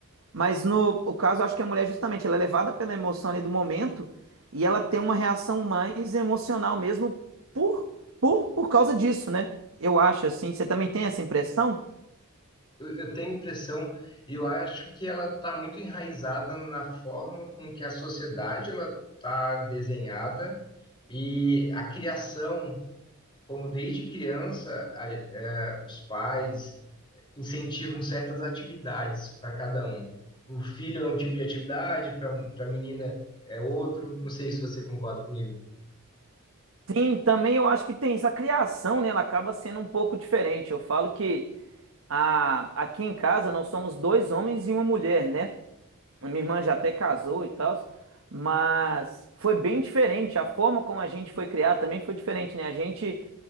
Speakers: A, on the right; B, on the left.
A: Mas no o caso, acho que a mulher, justamente, ela é levada pela emoção ali do momento e ela tem uma reação mais emocional mesmo por, por, por causa disso, né? Eu acho, assim. Você também tem essa impressão?
B: Eu, eu tenho a impressão, eu acho que ela está muito enraizada na forma com que a sociedade ela está desenhada e a criação, como desde criança, a- eh, os pais incentivam certas atividades para cada um. Para o filho é um tipo de atividade, para a menina é outro. Não sei se você concorda comigo.
A: Sim, também eu acho que tem isso. A criação, né, ela acaba sendo um pouco diferente. Eu falo que a, aqui em casa nós somos dois homens e uma mulher, né? A Minha irmã já até casou e tal, mas foi bem diferente. A forma como a gente foi criado também foi diferente, né? A gente,